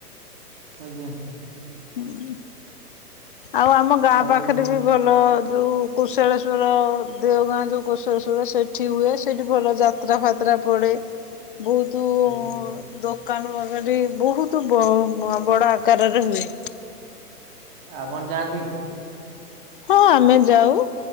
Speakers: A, on the right (about 35°); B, on the left (about 35°).
A: ଆଜ୍ଞା
B: ହୁଁ ଆଉ ଆମ ଗାଁ
A: ଆଉ
B: ପାଖରେ ବି ଭଲ ଭଲ ଯେଉଁ କୁଶଳେଶ୍ୱର ଦେଓଗାଁ ଯେଉଁ କୁଶଳେଶ୍ୱର ସେଠି ହୁଏ ସେଇଠି ଭଲ ଯାତ୍ରା ଯାତ୍ରା ଫାତ୍ରା ପଡ଼େ
A: <inaudible>
B: ବହୁତୁ ଦ
A: ଆଜ୍ଞା
B: ଦୋକାନୁ ଆଗାଡି ବହୁତ ବଡ ଆକାରରେ ହୁଏ
A: ଆପଣ ଯାଆନ୍ତି
B: ହଁ ଆମେ ଯାଉ